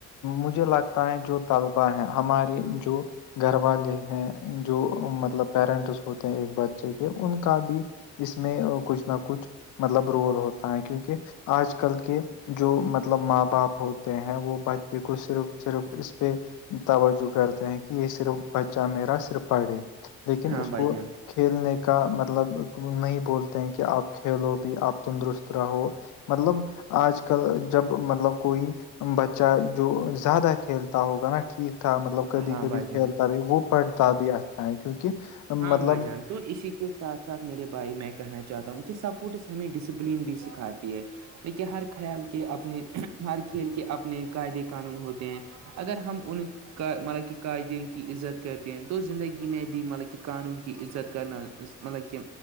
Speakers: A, on the left; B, on the right.
A: مجھے لگتا ہے جو طلبا ہے ہماریے جو گھر والے ہیں جو مطلب پیرنٹس ہوتے ہیں ایک بچے کے ان کا بھی اس میں کچھ نہ کچھ مطلب رول ہوتا ہے کیونکہ آج کل کے جو مطلب ماں باپ ہوتے ہیں وہ ب چ کو صرف صرف اس پہ توجہ کرتے ہیں کہ یہ صرف بچہ میرا صرف پڑھے لیکن
B: ہاں
A: اس
B: بھائی
A: کو
B: جان
A: کھیلنے کا مطلب نہیں بولتے ہیں کہ آپ کھیلو بھی آپ تندرست رہو مطلب آج کل جب مطلب کوئی بچہ جو زیادہ کھیلتا ہوگا نا ٹھیک ٹھاک مطلب کبھی
B: ہاں
A: کبھی
B: بھائی
A: کھیلتا
B: جان
A: بھی وہ پڑھتا بھی اچھا ہے کیونکہ
B: ہاں
A: مطلب
B: بھائی جان تو اسی کے ساتھ ساتھ میرے بھائی میں کہنا چاہتا ہوں کہ سپورٹس ہمیں ڈسپلن بھی سکھاتی ہے دیکے ہر خیال کے اپنے ہر کھیل کے اپنے قعدے قانون ہوتے ہیں اگر ہم ان کا مطلب کہ قعدین کی عزت کرتے ہیں تو زندگی میں بھی مطلب کہ کہ قانون کی عزت کرنا مطلب کہ